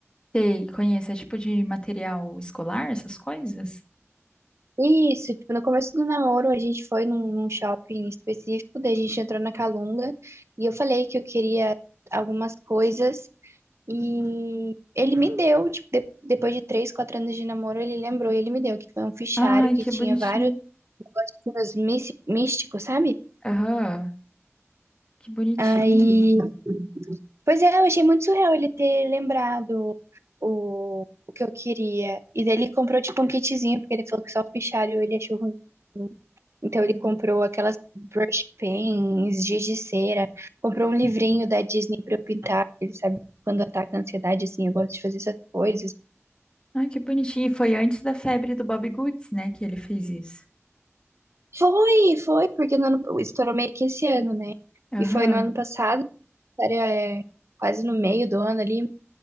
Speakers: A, on the left (about 20°); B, on the right (about 65°).
A: Sei, conhece, é tipo de material escolar, essas coisas?
B: Isso, tipo, no começo do namoro a gente foi num, num shopping específico, daí a gente entrou na Calunga e eu falei que eu queria algumas coisas e ele me deu, tipo, de- depois de três, quatro anos de namoro, ele lembrou e ele me deu, que foi um fichário
A: Ai,
B: que
A: que
B: tinha
A: bonitinho.
B: vários negocinhos mis- místicos, sabe?
A: Aham, que bonitinho.
B: Aí, pois é, eu achei muito surreal ele ter lembrado o, o que eu queria. E daí ele comprou, tipo, um kitzinho, porque ele falou que só o fichário ele achou ruim. Então
A: Uhum.
B: ele comprou aquelas brush pens, giz de cera, comprou um livrinho da Disney pra eu pintar. Ele sabe que quando ataca a ansiedade, assim, eu gosto de fazer essas coisas.
A: Ai, que bonitinho. E foi antes da febre do Bob Goods, né, que ele fez isso.
B: Foi, foi, porque no ano, estourou meio que esse ano, né?
A: Aham.
B: E foi no ano passado, era, é, quase no meio do ano ali.